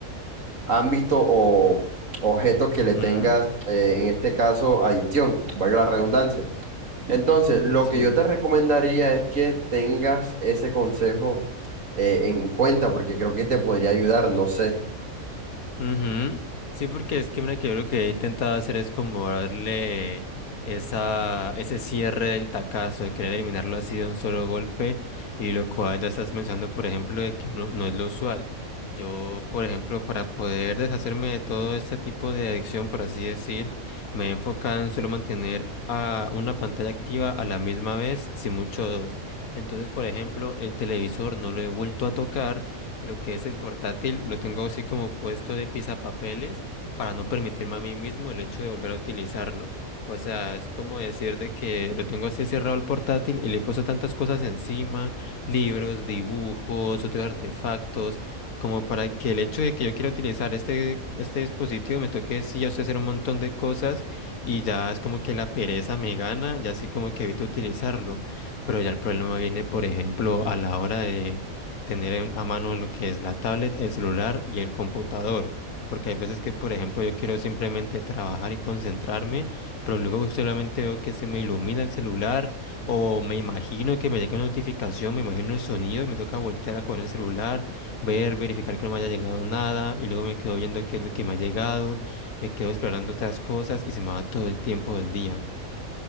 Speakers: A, on the right; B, on the left.
A: ámbito o objeto
B: ujú,
A: que le tengas, eh,
B: mm,
A: en este caso, adicción, valga la redundancia. Entonces, lo
B: Sí.
A: que yo te recomendaría
B: Mm.
A: es que tengas ese consejo eh, en cuenta, porque creo que te podría ayudar, no sé.
B: Ujú. Sí, porque es que mira que yo lo que he intentado hacer es como darle esa, ese cierre del tacazo, de querer eliminarlo así de un solo golpe, y lo cual ya estás pensando, por ejemplo, de que no, no es lo usual. Yo, por ejemplo, para poder deshacerme de todo este tipo de adicción, por así decir, me he enfocado en solo mantener a una pantalla activa a la misma vez, si mucho dos. Entonces, por ejemplo, el televisor no lo he vuelto a tocar lo que es el portátil, lo tengo así como puesto de pisapapeles para no permitirme a mí mismo el hecho de volver a utilizarlo. O sea, es como decir de que lo tengo así cerrado el portátil y le he puesto tantas cosas encima, libros, dibujos, otros artefactos, como para que el hecho de que yo quiera utilizar este, este dispositivo me toque sí, o sea, hacer un montón de cosas y ya es como que la pereza me gana y así como que evito utilizarlo. Pero ya el problema viene, por ejemplo, a la hora de tener en- a mano lo que es la tablet, el celular y el computador. Porque hay veces que, por ejemplo, yo quiero simplemente trabajar y concentrarme, pero luego solamente veo que se me ilumina el celular o me imagino que me llega una notificación, me imagino el sonido y me toca voltear a coger el celular, ver, verificar que no me haya llegado nada y luego me quedo viendo qué es lo que me ha llegado, me quedo explorando otras cosas y se me va todo el tiempo del día.